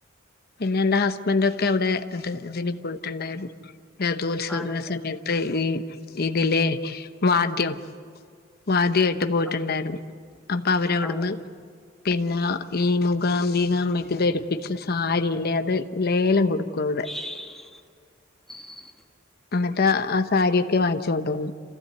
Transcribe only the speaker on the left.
പിന്നെ എന്റെ ഹസ്ബന്റൊക്കെ അവിടെ ഇത് ഇതിന് പോയിട്ടുണ്ടായിരുന്നു. രഥോത്സവത്തിന്റെ
സമയത്ത് ഈ ഇതിലെ വാദ്യം. വാദ്യായിട്ട് പോയിട്ടുണ്ടായിരുന്നു.
അപ്പൊ അവര് അവിട്ന്ന്
പിന്നെ ഈ മുഖാബിക അമ്മയ്ക്ക് ധരിപ്പിച്ച സാരില്ലേ അത് ലേലം കൊടുക്കും അവിടെ
അന്നിട്ട് ആഹ് സാരിയൊക്കെ വാങ്ങിച്ചു കൊണ്ടോന്ന.